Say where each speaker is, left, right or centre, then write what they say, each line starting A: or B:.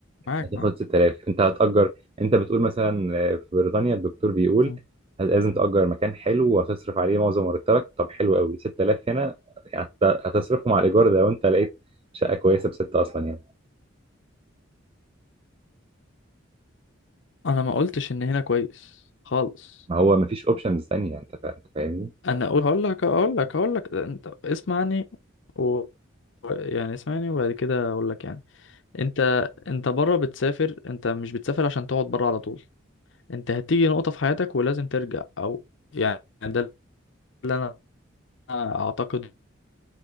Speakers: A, on the left; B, on the right.
A: معاك
B: هتاخد
A: معاك
B: 6000 انت هتأجر انت بتقول مثلا آه، في بريطانيا الدكتور بيقول
A: مم.
B: هت- لازم تأجر مكان حلو وهتصرف عليه معظم مرتبك طب حلو قوي 6000 هنا هت- هتصرفه مع الإيجار ده لو انت لقيت شقة كويسة بستة أصلا يعني
A: انا ما قلتش ان هنا كويس خالص
B: ما هو مفيش اوبشنز تانية انت فا- انت فاهمني
A: انا اقول هقول لك هقول لك هقول لك انت اسمعني و يعني اسمعني وبعد كده اقول لك يعني انت انت بره بتسافر انت مش بتسافر عشان تقعد بره على طول انت هتيجي نقطة في حياتك ولازم ترجع او يعني ده اللي انا اعتقد